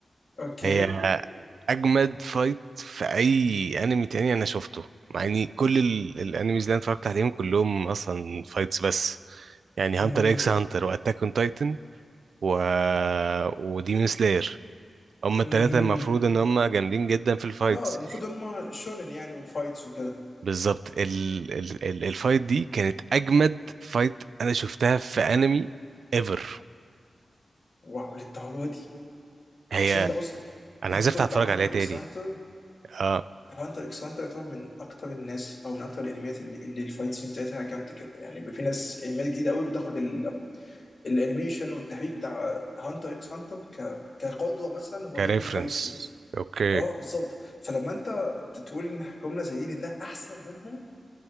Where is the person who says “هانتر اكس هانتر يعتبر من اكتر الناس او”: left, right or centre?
Left